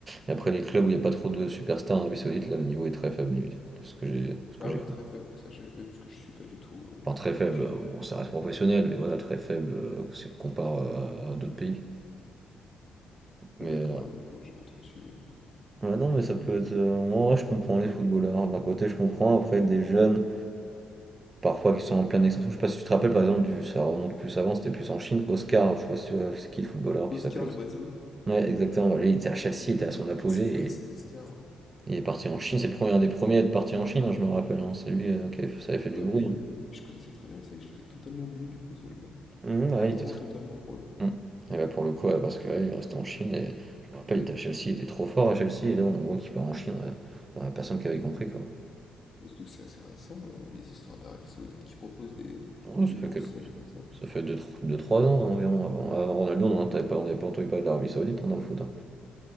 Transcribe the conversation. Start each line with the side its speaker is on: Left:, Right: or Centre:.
Right: Et après les clubs où il n'y a pas trop de superstars en Arabie Saoudite, là le niveau est très faible limite, de ce que j'ai, de ce
Left: Ah
Right: que j'ai
Left: ouais,
Right: compris.
Left: très faible, ça j'avais pas eu parce que je suis pas du tout. euh,
Right: Enfin très
Left: donc
Right: faible,
Left: je-
Right: on bon, ça reste professionnel, mais voilà, très faible euh, si on compare euh, à d'autres pays. Mais
Left: D'accord,
Right: euh,
Left: bah non, moi j'ai pas trop suivi.
Right: ouais, non, mais ça peut être. euh, en vrai, je comprends les footballeurs. D'un côté, je comprends. Après, des jeunes, parfois qui sont en pleine extinction. Je sais pas si tu te rappelles par exemple du, ça remonte plus avant, c'était plus en Chine, Oscar, je sais pas si tu vois, c'est qui le footballeur
Left: Oscar
Right: qui s'appelle Oscar.
Left: le Brésilien?
Right: Ouais, exactement, lui, il était à Chelsea, il était à son apogée
Left: Ah, C'est vrai ça,
Right: et
Left: Oscar.
Right: il est parti en Chine, c'est le premier un des premiers à être parti en Chine, hein, je me rappelle, hein. C'est lui, euh, qui avait fait- ça avait fait du
Left: Bah
Right: bruit.
Left: lui, euh, lui, je connaissais très bien, et c'est vrai que je l'avais totalement oublié du coup ce joueur.
Right: hein. Mhm, ouais,
Left: Mais vraiment
Right: il était très...
Left: totalement pour le coup.
Right: mhm. Et bah, pour le coup, ouais, parce que ouais, il est resté en Chine et je me rappelle, il était à Chelsea, il était trop fort à Chelsea et là on voit qu'il part en Chine, ouais. Enfin, personne qui avait compris quoi.
Left: Mais surtout que c'est assez récent, euh, les histoires d'Arabie Saoudite qui proposent des,
Right: Ouais, ça
Left: des grosses
Right: fait quelques...
Left: sommes comme ça.
Right: ça fait 2-3 ans environ, avant, avant Ronaldo, on n'avait pas, on avait pas entendu parler d'Arabie Saoudite hein, dans le foot. hein.